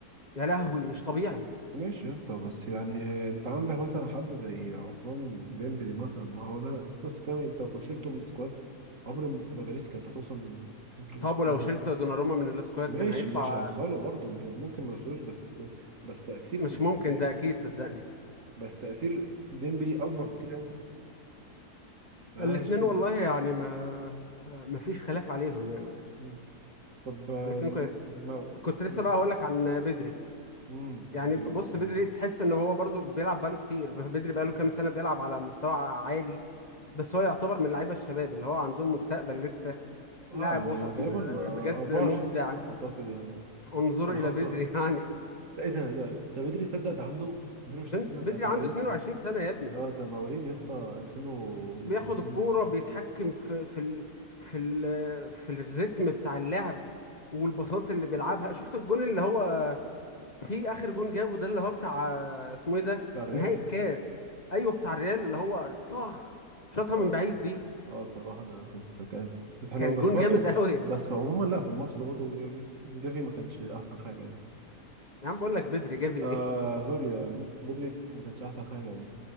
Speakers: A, on the left (about 25°); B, on the right (about 50°).
A: يا لهوي مش طبيعي
B: ماشي يا اسطى بس يعني انت عندك مثلا حد زي عثمان ديمبلي مثلا ما هو ده نفس الكلام انت لو كنت شلته من السكواد عمر ما باريس كانت هتوصل
A: طب ولو
B: الليفل
A: شلت
B: ده
A: دوناروما من السكواد
B: ماشي
A: كان هيطلع
B: مش هيوصلوا برضه ممكن ما يوصلوش بس بس تأثير
A: مش ممكن
B: ديم
A: ده أكيد صدقني
B: بس تأثير ديمبلي أكبر بكتير قوي ماشي
A: الاتنين والله يعني ما آه، ما فيش خلاف عليهم يعني
B: مم. طب آه،
A: الاتنين كوي-
B: ما
A: كنت لسه
B: ما تف...
A: بقى هقول لك عن بدري
B: مم.
A: يعني
B: مدري
A: بص
B: برضه اه
A: بدري تحس ان هو برضو بيلعب بقاله كتير <laughs> بدري بقاله
B: اه
A: كام سنة بيلعب على مستوى عالي بس هو يعتبر من لعيبه الشباب اللي هو عندهم مستقبل لسه
B: آه،
A: لاعب
B: يعني
A: وسط
B: تقريبا
A: م-
B: آه،
A: بجد
B: 24
A: مبدع
B: سنة أعتقد يعني
A: انظر
B: ولا
A: الى
B: خمسة
A: بدري <laughs> يعني
B: لا ايه ده لا ده بدري صدق ده عنده 22
A: بن-
B: سنة
A: بدري
B: ده مواليد
A: عنده 22 سنه يا ابني
B: اه ده مواليد يا اسطى 2002
A: بياخد الكوره
B: زي-
A: بيتحكم في في ال في ال في الريتم بتاع اللعب والبساط اللي بيلعبها شفت الجون اللي هو في اخر جون جابه ده اللي هو بتاع اسمه ايه ده
B: بتاع الريال
A: نهائي الكاس ايوه بتاع الريال اللي هو طخ شاطها
B: اه
A: من بعيد دي
B: اه الصراحة ده كانت كانت كانت حلوة
A: كان
B: بس
A: جون
B: برضو
A: جامد قوي
B: بس عموما لا في الماتش ده برضو جافي ما كانش احسن حاجة يعني
A: يا عم بقول لك بدري جافي ايه
B: آه سوري آه، بدري ما كانش احسن حاجة يعني